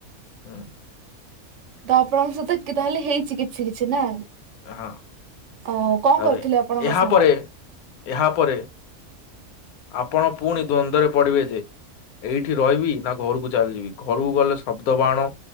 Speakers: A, on the left; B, on the right.
A: ହୁଁ,
B: ତ ଆପଣଙ୍କ ସହିତ କି-ତାହେଲେ ହେଇଚି କିଛି କିଛି ନା?
A: ଏ ହଁ
B: ଆଉ
A: <unintelligible>
B: କଣ କରୁଥିଲେ ଆପଣଙ୍କ
A: ଏହା
B: ସାଙ୍ଗ?
A: ପରେ ଏହା ପରେ ଆପଣ ପୁଣି ଦ୍ଵନ୍ଦ ରେ ପଡିବେ ଯେ ଏଇଠି ରହିବି ନା ଘରକୁ ଚାଲିଯିବି, ଘରକୁ ଗଲେ ଶବ୍ଦ ବାଣ,